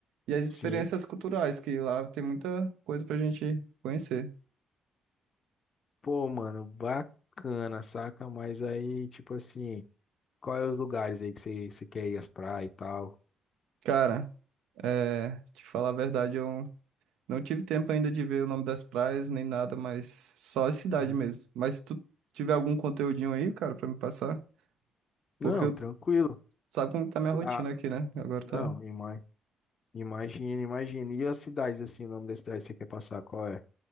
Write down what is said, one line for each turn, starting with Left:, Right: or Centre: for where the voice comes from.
Right: e as experiências
Left: sim.
Right: culturais, que lá tem muita coisa pra gente conhecer.
Left: Pô, mano, bacana, saca? Mas aí, tipo assim, quais os lugares aí que você, você quer ir às praias e tal?
Right: Cara, é, te falar a verdade, eu não tive tempo ainda de ver o nome das praias nem nada, mas só a cidade
Left: Uhum.
Right: mesmo. Mas se tu tiver algum conteúdinho aí, cara, pra me passar,
Left: Não,
Right: porque eu,
Left: tranquilo.
Right: sabe como tá minha rotina
Left: Ah,
Right: aqui, né? Agora
Left: não,
Right: tá
Left: ima- imagina, imagina. E as cidades, assim, o nome da cidade que você quer passar, qual é?